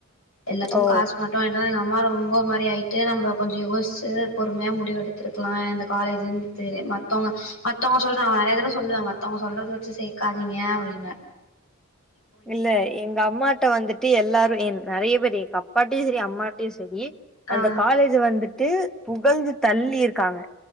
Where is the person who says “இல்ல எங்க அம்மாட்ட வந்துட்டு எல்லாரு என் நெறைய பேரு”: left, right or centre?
Centre